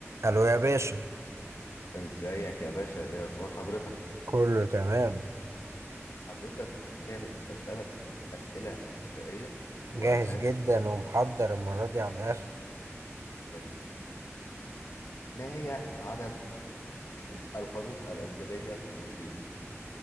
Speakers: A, on the right; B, on the left.
A: الو يا باشا
B: ازيك يا باشا ايه اخبار حضرتك
A: كله تمام
B: حضرتك جاهز اسالك اسئله شقيه والغاز
A: جاهز جدا ومحضر المرة دي على الآخر
B: جميل ما هي عدد <laughs> الحروف الابجديه في الانجليزي